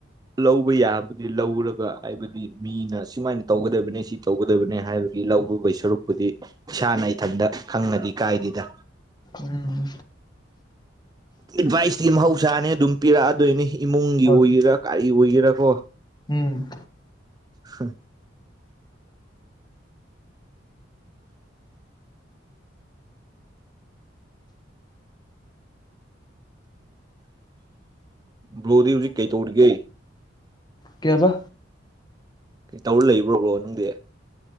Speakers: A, on the right; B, on the left.
A: ꯂꯧꯕ ꯌꯥꯕꯨꯗꯤ ꯂꯧꯔꯒ ꯍꯥꯏꯕꯗꯤ ꯃꯤꯅ ꯁꯨꯃꯥꯏꯅ ꯇꯧꯒꯗꯕ ꯁꯤ ꯇꯧꯒꯗꯕꯅꯦ ꯍꯥꯏꯕꯒꯤ ꯂꯧꯕꯒꯤ ꯁꯔꯨꯛꯄꯨꯗꯤ ꯏꯁꯥꯅ ꯏꯊꯟꯇ ꯈꯪꯉꯗꯤ ꯀꯥꯏꯗꯦꯗ
B: ꯎꯝ
A: ꯑꯦꯗꯚꯥꯏꯁꯀꯇꯤ ꯃꯍꯧꯁꯥꯅꯦ ꯑꯗꯨꯝ ꯄꯤꯔꯛꯑꯗꯣꯏꯅꯤ ꯏꯃꯨꯡꯒꯤ ꯑꯣꯏꯒꯦꯔꯥ
B: ꯍꯣꯏ
A: ꯀꯥꯔꯤ ꯑꯣꯏꯒꯦꯔꯥ ꯀꯣ
B: ꯎꯝ
A: ꯍꯝ ꯕ꯭ꯔꯣꯗꯤ ꯍꯧꯖꯤꯛ ꯀꯩ ꯇꯧꯔꯒ
B: ꯀꯩꯍꯥꯏꯕ
A: ꯀꯩ ꯇꯧꯔ ꯂꯩꯕ꯭ꯔꯣꯕ꯭ꯔꯣ ꯅꯪꯗꯤ